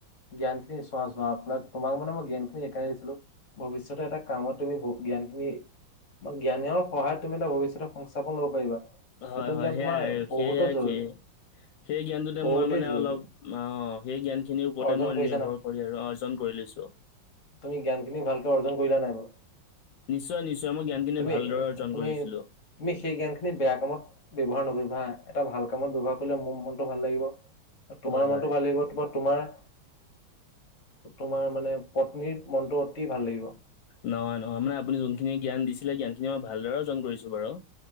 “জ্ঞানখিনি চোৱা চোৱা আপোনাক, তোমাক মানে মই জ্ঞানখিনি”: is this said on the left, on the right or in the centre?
Left